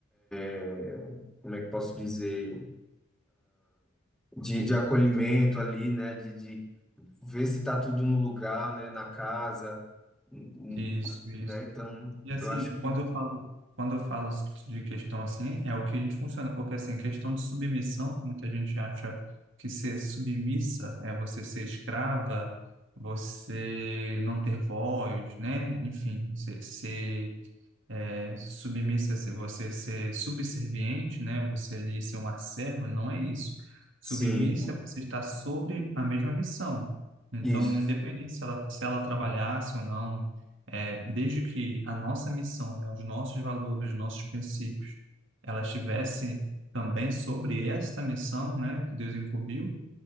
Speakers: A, in the centre; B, on the right.
A: é, como é que posso dizer, de, de acolhimento ali, né? De, de ver se tá tudo no lugar, né? Na casa, n- n-
B: isso, isso.
A: né? Então,
B: E assim,
A: eu acho que
B: quando eu falo, quando eu falo de questão assim, é o que a gente funciona, porque assim, questão de submissão, muita gente acha que ser submissa é você ser escrava, você não ter voz, né? Enfim, ser, ser é, submissa, se você ser subserviente, né? Você ali ser uma serva, não é isso. Submissa
A: sim.
B: é você estar sobre a mesma missão. Então,
A: Isso.
B: independente se ela, se ela trabalhasse ou não, é, desde que a nossa missão, né, os nossos valores, os nossos princípios, ela estivesse também sobre esta missão, né, que Deus incumbiu,